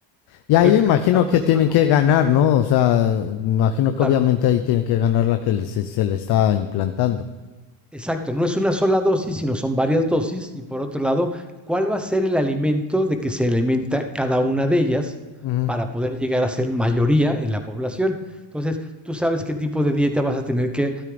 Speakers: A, on the left (about 55°); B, in the centre.
A: y ahí
B: me preguntabas
A: imagino que
B: hace
A: tienen
B: rato,
A: que ganar,
B: sí,
A: ¿no? O sea, imagino que
B: claro.
A: obviamente ahí tienen que ganar la que les- se, se le está implantando.
B: Exacto, no es una sola dosis, sino son varias dosis. Y por otro lado, ¿cuál va a ser el alimento de que se alimenta cada una de ellas
A: Ujú,
B: para poder llegar a ser mayoría en la población? Entonces, tú sabes qué tipo de dieta vas a tener que